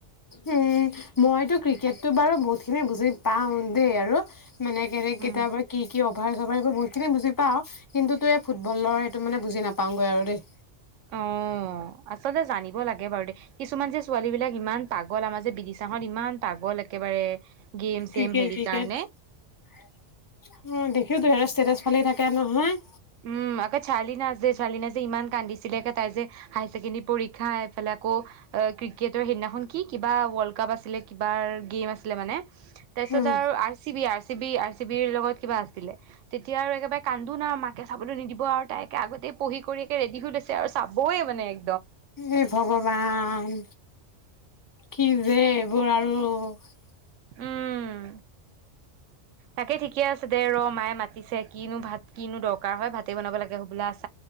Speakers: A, on the left (about 25°); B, on the right (about 80°).
A: উম মইতো ক্ৰিকেটতটো বাৰু বহুতখিনি বুজি পাওঁ দেই আৰু মানে কেনে
B: উম
A: কেতিয়াবা কি কি। <unintelligible> বহুতখিনি বুজি পাওঁ, কিন্তুতো এই ফুটবলৰ এইটো মানে বুজি নাপাওঁগৈ আৰু দেই।
B: অ আচলতে জানিব লাগে বাৰু দে কিছুমান যে ছোৱালী বিলাক ইমান পাগল আমাৰ যে বিদিচা হত ইমান পাগল একেবাৰে। গেম চেম
A: ক্ৰিকেট
B: হেৰি
A: ক্ৰিকেট
B: কাৰণে
A: অ দেখি তহ ষ্ট্ৰেটাচ ফালি থাকে। কে নহয়।
B: উম আক চাৰ্লিনা যে চাৰ্লিনা যে ইমান কান্দিছে। ছিলেকে তাই যে হায়কেণ্ডেী পৰী। হা, এইফালে আকৌ আ, ক্ৰিকেটৰ সেইদিনাখন কি, কিবা ৱৰ্ল্ডকাপ আছিলে কিবাৰ, গেম আছিলে মানে। তাৰপিছত
A: উম
B: আৰু R C B R C B. চিবিৰ লগত কিবা আছিলে। তেতিয়াৰ আৰু একেবাৰে কান্দোন মাত কে চাবলৈ নিদিব, আৰু তাই‌ একে আগতেই পঢ়ি কৰি একে ৰেডি হৈ লৈছে আৰু চাবই মানে‌ এক
A: এ ভগৱান কি যে এইবোৰ। আৰু <unintelligible>
B: উম তাকে ঠিকে আছে দে ৰ মায়ে মাতিছে কিনো ভাত কিনো দৰকাৰ হয় ভাতে বনাব লাগে হবলা আছে।